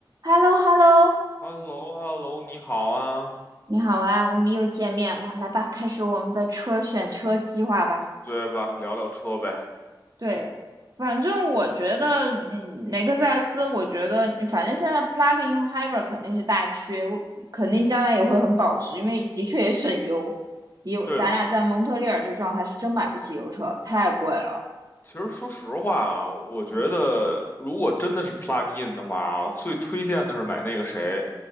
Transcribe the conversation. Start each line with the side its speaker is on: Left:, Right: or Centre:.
Right: h e l l o h e l l o
Left: h e l l o h e l l o 你好啊，
Right: 你好啊，我们又见面了，来吧，开始我们的车选车计划吧。
Left: 对吧？聊聊车呗。
Right: 对，反正我觉得，嗯，雷克萨斯，我觉得，嗯反正现在 plug-in 和 hybrid 肯定是大缺，我肯定将来也会很保值，因为的确也省油。也有咱俩在蒙特利尔这状态是真买不起油车，
Left: 对的，
Right: 太贵了。
Left: 其实说实话啊，我觉得如果真的是
Right: 嗯，
Left: plug in 的话啊，最推荐的是买那个谁，